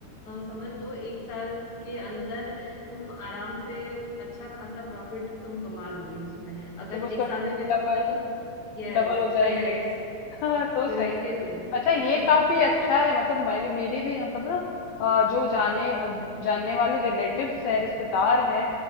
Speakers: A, on the left (about 40°); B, on the left (about 75°).
A: समझ लो एक साल के अंदर तुम आराम से अच्छा खासा प्रॉफिट तुम कमा लोगी उसमें अगर
B: मतलब उसका
A: एक साल में बेचोगी
B: डबल
A: ना तो तुम यस
B: डबल हो जाएंगे
A: यस
B: हाँ तो
A: बिल्कुल
B: सही है अच्छा ये
A: <laughs>
B: काफी अच्छा है मतलब मेरी मेरी भी मतलब ना अ, जो जाने अ, जानने वाले रिलेटिव्स हैं रिश्तेदार हैं